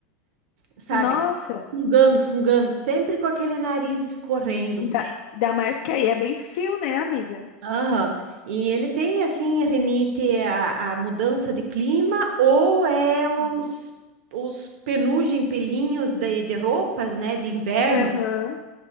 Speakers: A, on the right (about 70°); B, on the left (about 60°).
A: sabe?
B: Nossa,
A: Fungando, fungando, sempre com aquele nariz escorrendo,
B: ainda,
A: sempre.
B: ainda mais que aí é bem frio, né, amiga?
A: Aham. E ele tem, assim, rinite, a, a mudança de clima ou é
B: Sim.
A: os, os penugem pelinhos de, de roupas, né, de inverno.
B: Aham.